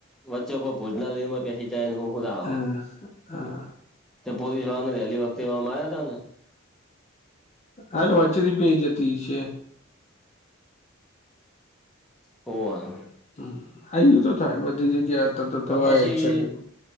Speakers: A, in the centre; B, on the left.
A: વચ્ચે કોઈ ભુજના લનમાં પ જને હુંું
B: હા હા
A: પોલીસ વાને વહેલી વખતે એવા માર્યા હતા ને
B: હાલે વચ્ચેથી પઈ જતી છે.
A: ઓવા
B: હ આું તો થાય બધી જગ્યા. તો થવાય
A: પછી.
B: જ છે